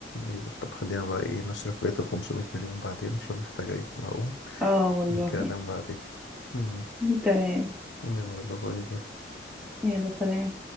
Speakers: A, on the left; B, in the centre.
A: ايوه طب خلينا بقى ايه نصرف بقية ال 500 مليون بعدين عشان محتاجة ايه اقوم
B: اه والله
A: الكلام بعدين ماشي.
B: <laughs> تمام
A: يلا باي باي
B: يلا سلام